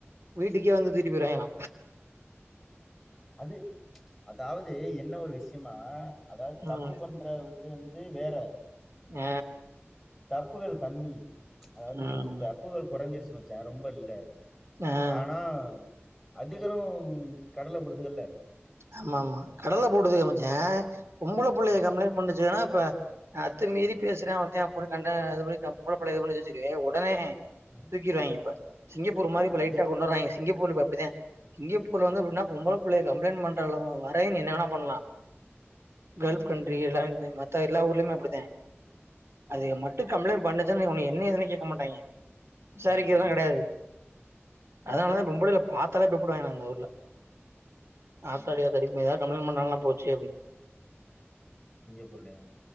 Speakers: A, on the right (about 65°); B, in the centre.
A: வீட்டுக்கே வந்து தூக்கிட்டு போய்ருவாங்கலா
B: அது அதாவது என்ன ஒரு விஷயமா அதாவது தப்பு
A: ம்
B: பண்ற இது வந்து வேற
A: அ
B: தப்புகள் கம்மி அதாவது
A: ம்
B: தப்புகள் குறைஞ்சிருச்சு மச்சா ரொம்ப இல்ல
A: ஆ
B: ஆனா அதுகளும் கடல போடுதுகல்ல
A: ஆமா ஆமா கடல போடுது மச்சா பொம்பள பிள்ளைய
B: ம்
A: கம்ப்ளைண்ட் பண்ணுச்சுன்னா இப்ப அத்து மீறி பேசுறா ஒருத்தன் அப்டினு கண்டது போய் பொம்பள பிள்ளளைய பண்ணது வச்சுக்கயே உடனே
B: ம்
A: தூக்கிடுவாங்க இப்ப சிங்கப்பூர் மாதிரி
B: ஆ
A: இப்ப லைட்டா
B: அது
A: கொண்டு
B: அ
A: வறாங்க சிங்கப்பூர்ல இப்ப அப்படித்தா சிங்கப்பூர் ல வந்து எப்படின்னா பொம்பள பிள்ளைய கம்ப்ளைண்ட் பண்ற வரையு நீ என்ன வேனா பண்ணலாம் கல்ஃப்
B: ஆ
A: கண்ட்ரி எல்லாம் மத்த எல்லா ஊர்லயுமே அப்படித
B: ஆ
A: அது மட்டும் கம்ப்ளைண்டட் பண்ணுச்சன்ன என்ன எதுன்னு கேட்க மாட்டாங்க விசாரிக்கிறதுலா
B: ம்
A: கிடையாது அதனாலதா
B: ம்
A: பொம்பளைல பார்த்தாலே பயப்படுவாங்கன்னா அந்த ஊர்ல ஆத்தாடி
B: ம்
A: ஆத்தாடி இனிமே ஏதாவது கம்ப்ளைண்ட் பண்ணாலல்லா போச்சே அப்டினு
B: சிங்கப்பூர் ல யா